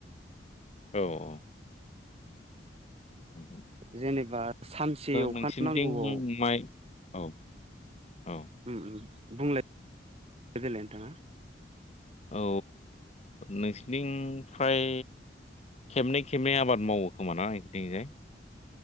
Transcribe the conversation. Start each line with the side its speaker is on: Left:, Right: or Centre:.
Left: औ औ। ओ
Right: जेनेबा सानसे अखा
Left: नोंसिनिथिं
Right: नांगौआव
Left: माइ औ औ
Right: उम उम बुंल <unintelligible> देलाय थाङा
Left: औ नोंसिनि फ्राय खेबनै खेबनै आबाद मावो खोमा ना बिथिंजाय।